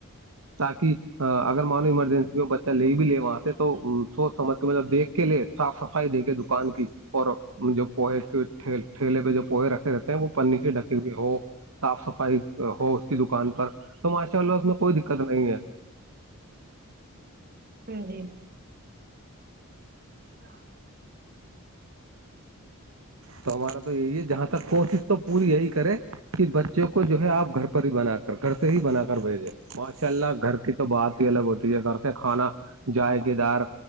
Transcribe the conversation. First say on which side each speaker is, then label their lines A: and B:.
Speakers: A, on the right; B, on the right.
A: تاکہ اگر <unintelligible> مانو ایمرجنسی میں بچہ لے بھی لے وہاں سے تو <unintelligible> سوچ سمجھ کے مطلب دیکھ کے لے صاف صفائی دیکھے دکان کی اور جو پ <unintelligible> ٹھیلے پہ جو پوہے رکھے رہتے ہیں وہ پنی سے ڈکی ہوئے ہو صاف صفائی <unintelligible> ہو اس کی دکان پر تو ماشاء اللہ اس میں کوئی دقت نہیں ہے <unintelligible>
B: ہوں جی <unintelligible> ہ <unintelligible>
A: تو ہمارا تو یہی ہے جہاں تک کوچ <unintelligible> تو پوری یہی کرے کہ بچوں کو جو ہے آپ گھر پر ہی بنا کر گھر سے ہی بنا کر بھیجیں ماشاء اللہ گھر کی تو بات ہی الگ ہوتی ہے یہ کر کے کھانا جائق دار